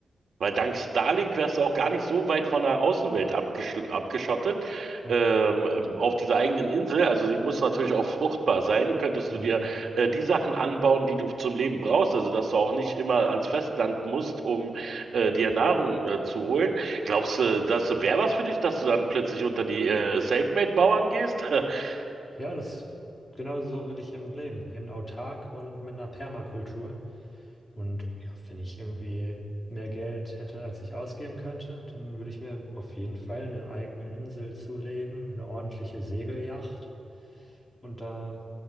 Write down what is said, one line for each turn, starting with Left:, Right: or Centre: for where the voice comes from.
Right: Weil dank Starlink wärst du auch gar nicht so weit von der Außenwelt abgesch abgeschottet,
Left: Ja.
Right: ähm, ähm, auf dieser eigenen Insel. Also sie muss natürlich auch fruchtbar sein. Könntest
Left: Hm.
Right: du dir äh, die Sachen anbauen, die du zum Leben brauchst, also dass du auch nicht immer ans Festland musst, um äh, dir Nahrung äh, zu holen. Glaubst du, das wäre was für dich, dass du dann plötzlich unter die äh, Selfmade-Bauern gehst? <laughs>
Left: Ja, das genau so will ich eben leben, eben autark und mit einer Permakultur. Und ja, wenn ich irgendwie mehr Geld hätte, als ich ausgeben könnte, dann würde ich mir auf jeden Fall eine eigene Insel zulegen, eine ordentliche Segeljacht und da